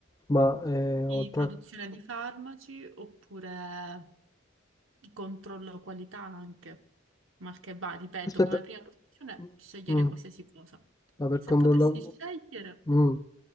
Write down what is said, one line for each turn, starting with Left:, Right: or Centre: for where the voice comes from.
Left: Ma eh,
Right: di
Left: oltre...
Right: produzione
Left: a-
Right: di farmaci oppure controllo qualità anche, mal che va, ripeto,
Left: Aspetta.
Right: come prima posizione
Left: Mm,
Right: scegliere
Left: mm,
Right: qualsiasi cosa.
Left: ma per
Right: Se
Left: controllare...
Right: potessi scegliere
Left: Mm.